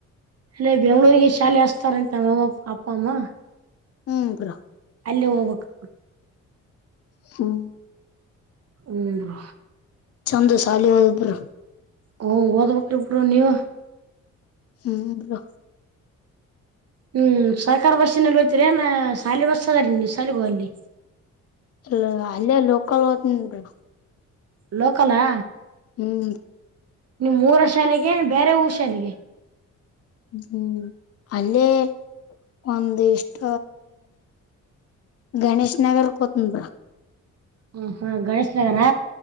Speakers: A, on the right; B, on the left.
A: ಅಲ್ಲೆ ಬೆಂಗ್ಗಳೂರಿಗೆ ಶಾಲೆ ಹಸ್ತಾರಂತೆ ನಮ್ಮ ಅಪ್ಪ ಅಮ್ಮ
B: ಹ್ಮ್ ಬ್ರೋ
A: ಅಲ್ಲೇ ಹೋಗ್ಬೇಕು
B: ಹ್ಮ್
A: ಹ್ಮ
B: ಚೆಂದ ಸಾಲಿ ಬ್ರೋ
A: ಹಓ ಓದ್ಬೇಕಕ್್ರಿಬರು ನೀವ <unintelligible>
B: ಹ್ಮ್
A: ಹ್ಮ್ ಸರ್ಕಾರ ಬಸ್ಸಿನಲ್ಲಿ ಹಯ್ತರಿ ಏನ್ ಶಾಲಿ ಬಸ್ಸದಾರೀ ನೀ ಸಾಲಗ ಹೋಗ ಅಲ್ಲಿ
B: ಅಲ್ಲ ಅಲ್ಲಯ ಲೋಕಲ್ ಹತ್ನ್ರಿ
A: ಲೋಕಲಾ
B: ಹ್ಮ್
A: ನಿಮಮ್ಮ್ ಊರ ಶಾಲೆಗೆ ಬೇರೆ ಊರ ಶಾಲೆಗೆ
B: ಹ್ಮ್ ಅಲ್ಲೇ ಒಂದ್ ಇಷ್ಟ ಗಣೇಶ್ ನಗರ್ ಕೊತನ್
A: ಹ್ಮ ಹಾ ಗಣೇಶನಗರ